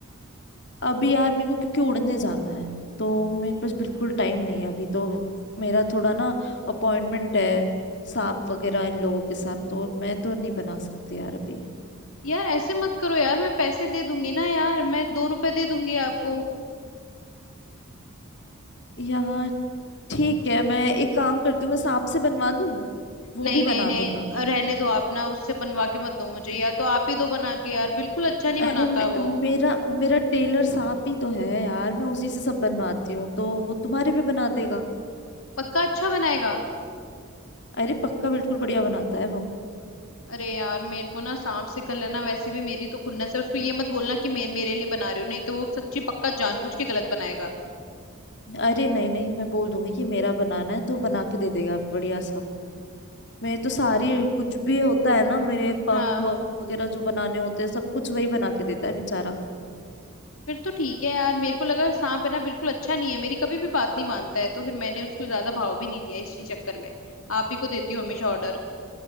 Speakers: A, on the left; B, on the left.
A: अभी यार मेरे को क्योंकि उड़ने जाना है तो मेरे पास बिल्कुल टाइम नहीं है अभी तो मेरा थोड़ा ना अपॉइंटमेंट है सांप वगैरह इन लोगों के साथ तो मैं तो नहीं बना सकती यार अभी
B: यार ऐसे मत करो यार मैं पैसे दे दूंगी ना यार मैं दो रुपए दे दूंगी आपको
A: यार ठीक है मैं एक काम करती हूँ मैं सांप से बनवा दूँ वो
B: नहीं
A: भी
B: नहीं
A: बना
B: नहीं
A: देगा
B: रहने दो आप ना उससे बनवा के मत दो मुझे या तो आप ही दो बना के यार बिल्कुल अच्छा नहीं बनाता
A: अरे मे,
B: वो
A: मेरा मेरा टेलर साहब ही तो है यार मैं उसी से सब बनवाती हूँ तो वो तुम्हारे भी बना देगा
B: पक्का अच्छा बनाएगा
A: अरे पक्का बिल्कुल बढ़िया बनाता है वो
B: अरे यार मेरे को ना सांप से कर लेना वैसे भी मेरी तो खुन्नस है उसको ये मत बोलना कि मे, मेरे लिए बना रहे हो नहीं तो वो सच्ची पक्का जानबूझ के गलत बनाएगा
A: अरे नहीं नहीं मैं बोल दूंगी कि मेरा बनाना है तो बना के दे देगा बढ़िया सा मेरे तो सारी कुछ भी होता है ना मेरे पंख
B: हाँ
A: वगैरह जो बनाने होते हैं सब कुछ वही बना के देता है बेचारा
B: फिर तो ठीक है यार मेरे को लगा सांप है ना बिल्कुल अच्छा नहीं है मेरी कभी भी बात नहीं मानता है तो फिर मैंने उसको ज्यादा भाव भी नहीं दिया इसी चक्कर में आप ही को देती हूँ हमेशा ऑर्डर